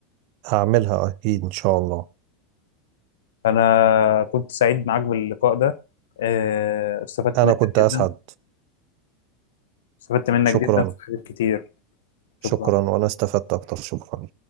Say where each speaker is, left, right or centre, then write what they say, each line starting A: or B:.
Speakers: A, on the right; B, on the left.
A: هعملها اكيد ان شاء الله
B: انا كنت سعيد معاك باللقاء ده آه، استفدت
A: انا
B: منك
A: كنت اسعد
B: جدا استفدت منك
A: شكرا
B: جدا في حاجات كتير
A: شكرا
B: شكرا
A: وانا استفدت اكتر شكرا